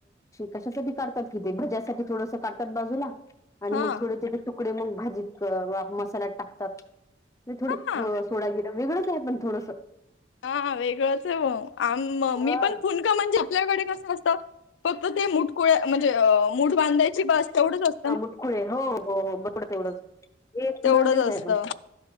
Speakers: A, on the left; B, on the left.
A: कशासाठी करतात कि ते भज्यासाठी थोडस काढतात बाजूला आणि
B: हा
A: मग थोडे थोडे तुकडे मग भाजीत क मसाल्यात टाकतात. थोडी
B: हा
A: सोडा गिर वेगळंच आहे प थोडंसं
B: हा हा वेगळंच आहे आ मी
A: हा
B: पण फुन. का म्हणजे आपल्याकडे कसं असतं फक्त ते मुठकुळे म्हणजे अ मुठ बांधायची बस तेवढंच असं
A: हा मुटकुळे हो हो हो मुटकुडच एवढंच
B: तेवढंच
A: थोड वेळ
B: असतं
A: आहे पण.